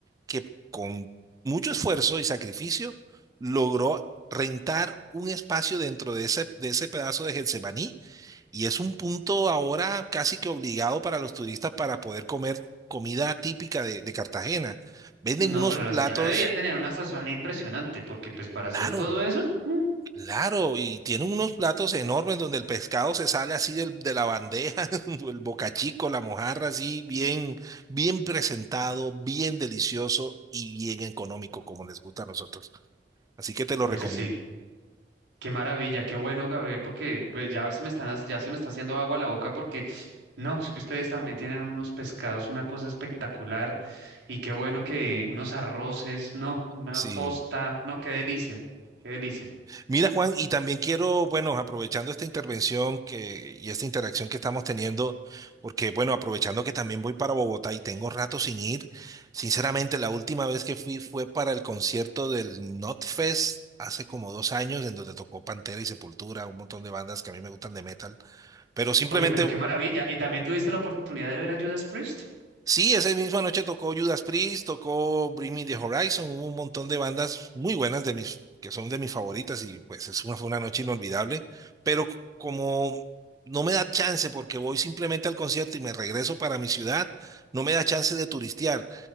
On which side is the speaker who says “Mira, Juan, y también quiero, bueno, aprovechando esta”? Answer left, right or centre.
Right